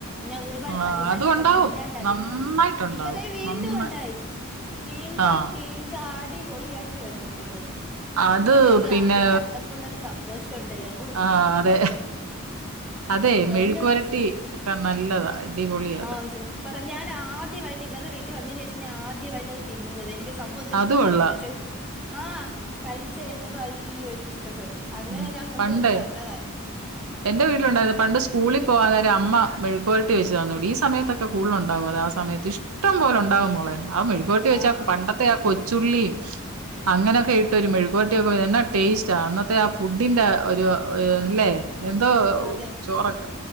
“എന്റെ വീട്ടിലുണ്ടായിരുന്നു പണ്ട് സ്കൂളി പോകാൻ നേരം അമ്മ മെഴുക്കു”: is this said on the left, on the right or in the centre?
Right